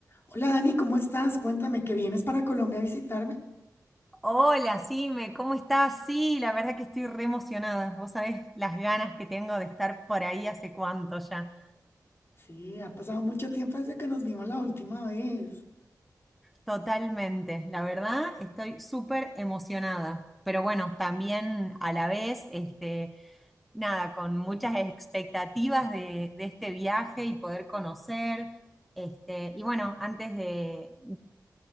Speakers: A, on the left; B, in the centre.
A: Hola Dani, ¿cómo estás? Cuéntame que vienes para Colombia a visitarme.
B: Hola, Sime, ¿cómo estás? Sí, la verdad que estoy re emocionada. Vos sabés las ganas que tengo de estar por ahí hace cuánto ya.
A: Sí, ha pasado mucho tiempo desde que nos vimos la última vez.
B: Totalmente, la verdad estoy súper emocionada. Pero bueno, también a la vez, este, nada, con muchas expectativas de, de este viaje y poder conocer. Este, y bueno, antes de,